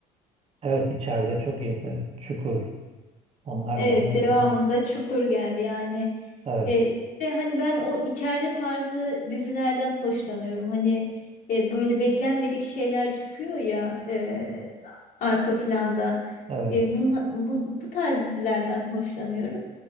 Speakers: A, on the right (about 35°); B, on the left (about 55°).
A: Evet içeride çok iyiydi. Evet. Çukur. Onlar
B: Evet,
A: güzeldi
B: devamında
A: yani.
B: Çukur geldi. Yani
A: Evet.
B: e, işte hani ben o içeride tarzı dizilerden hoşlanıyorum. Hani e, böyle beklenmedik şeyler çıkıyor ya e, arka planda.
A: Evet.
B: E, bunla- bu, bu tarz dizilerden hoşlanıyorum.